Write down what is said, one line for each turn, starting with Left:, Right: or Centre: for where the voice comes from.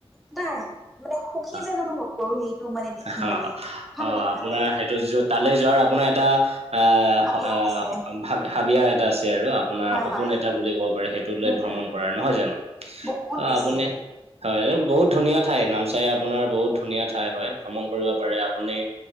Centre: এটা আহে মানে সুখী
Right: হয়
Centre: যেন অনুভৱ কৰো সেইটো মানে দেখি
Right: হা
Centre: মানে ভাল
Right: অ
Centre: লাগে
Right: আপোনাৰ
Centre: ভাল লাগে।
Right: সেইটো যো- তালৈ যোৱাৰ আপোনাৰ এটা আহ
Centre: হাবিয়াস
Right: আহ
Centre: আছে
Right: ভা হাবিয়াস এটা আছে আৰু আপোনাৰ
Centre: হয়
Right: সপোন
Centre: হয়
Right: এটা বুলি ক'ব পাৰে সেই টোলে
Centre: উম
Right: ভ্ৰমণ
Centre: উম
Right: কৰা নহয় জানো
Centre: বহুত
Right: অ
Centre: বেছি
Right: আপুনি হয় বহুত ধুনীয়া ঠাই নামচাই আপোনাৰ বহুত ধুনীয়া ঠাই হয় ভ্ৰমণ কৰিব পাৰে আপুনি